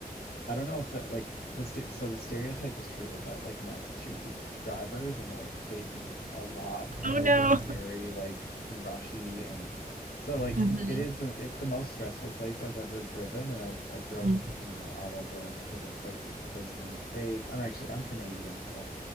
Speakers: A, on the left; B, on the right.
A: I don't know if that like the st so the stereotype is true about like Massachusetts drivers and like they beep a lot and
B: Oh no.
A: they're just very like rushy and so like
B: Mhm,
A: it is the it's the most stressful place I've ever driven and I've I've drove
B: mhm.
A: you know all over different places places in the States. I'm actually I'm Canadian so